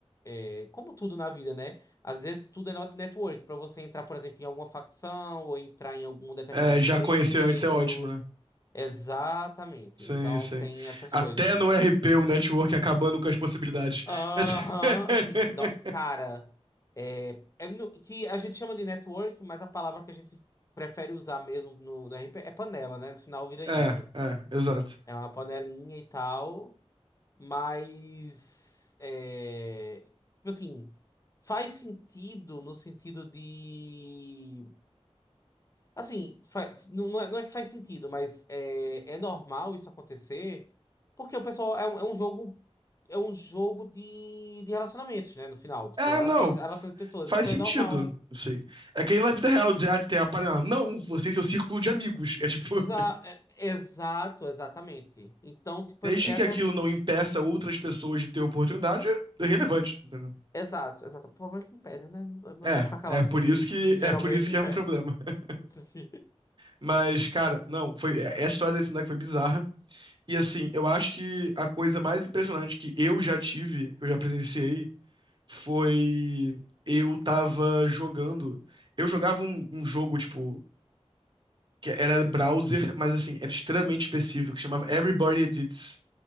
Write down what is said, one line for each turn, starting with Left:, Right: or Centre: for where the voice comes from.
Left: é, Como tudo na vida, né? Às vezes tudo é not- network. Para você entrar, por exemplo, em alguma facção ou entrar em algum determinado
Right: É,
Left: emprego.
Right: já conhecer antes é ótimo, né?
Left: Exatamente.
Right: Sim,
Left: Então
Right: sim.
Left: tem essas
Right: Até
Left: coisas.
Right: no RP o network acabando com as possibilidades.
Left: Aham,
Right: <laughs>
Left: sim. Não, cara, é, é no- que a gente chama de network, mas a palavra que a gente prefere usar mesmo no, no RP é panela, né? No final vira
Right: É,
Left: isso.
Right: é, exato.
Left: É uma panelinha e tal. Mas, é, tipo assim, faz sentido no sentido de. Assim, fa- não, não é, não é que faz sentido, mas é, é normal isso acontecer, porque o pessoal é um, é um jogo. É um jogo de, de relacionamentos, né? No final, tipo,
Right: É,
Left: relações,
Right: não, f-
Left: relações de pessoas.
Right: faz
Left: Então
Right: sentido,
Left: é normal.
Right: assim. É que aí na vida real dizer, ah, você tem a panela. Não, você e seu círculo de amigos. É tipo,
Left: Exa
Right: <laughs>
Left: é- exato, exatamente. Então, tipo,
Right: desde
Left: é é
Right: que
Left: até.
Right: aquilo não impeça outras pessoas de ter oportunidade, é irrelevante, entendeu?
Left: Exato, exato. O problema é que impede, né? Eu
Right: É,
Left: vou ficar calado
Right: é por
Left: sobre
Right: isso
Left: isso.
Right: que
Left: Geralmente
Right: é por isso que
Left: impede.
Right: é um problema. <laughs>
Left: <laughs>
Right: Mas, cara, não, foi é- essa história desse moleque foi bizarra. E assim, eu acho que a coisa mais impressionante que eu já tive, que eu já presenciei, foi. Eu tava jogando. Eu jogava um, um jogo, tipo, que era browser, mas assim, era extremamente específico, que chamava Everybody Edits.